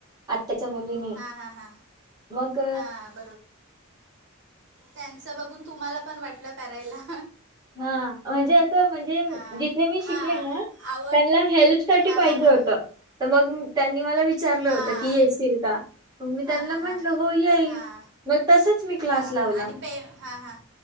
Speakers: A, on the right; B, on the right.
A: आत्ताच्या मुलींनी
B: हां हां हां
A: मग-
B: हां त्यांचं बघून तुम्हाला पण वाटलं करायला.
A: हा, म्हणजे असं म्हणजे
B: हां
A: जिथे मी शिकले
B: हां
A: ना-
B: आवड
A: त्यांना हेल्प साठी
B: हां
A: पाहिजे
B: हां हां
A: होत, तर मग त्यांनी मला - विचारलं
B: हां
A: होत, की येशील का? मग मी
B: हां
A: त्यांनला
B: हां
A: म्हटल
B: हां
A: हो येईल,
B: हां
A: मग तसच मी क्लास
B: हां
A: लावला.
B: हां आणि पे हां हां